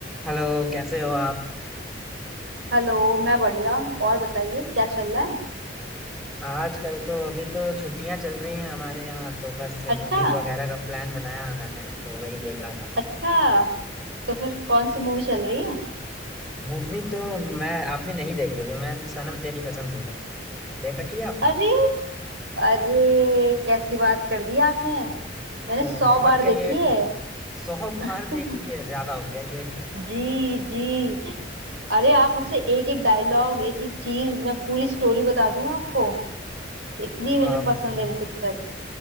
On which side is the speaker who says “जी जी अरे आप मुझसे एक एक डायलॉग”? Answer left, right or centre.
Right